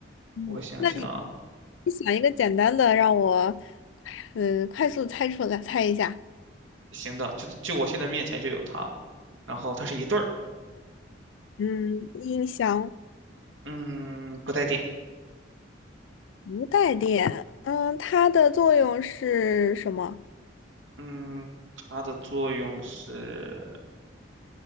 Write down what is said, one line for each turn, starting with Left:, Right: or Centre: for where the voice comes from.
Left: 嗯，
Right: 我想想啊
Left: 那你你想一个简单的，让我，呃，快速猜出来，猜一下。
Right: 行的，就就我现在面前就有它，然后它是一对儿，
Left: 嗯，音箱。
Right: 嗯，不带电，
Left: 无带电，嗯，它的作用是什么？
Right: 嗯，它的作用是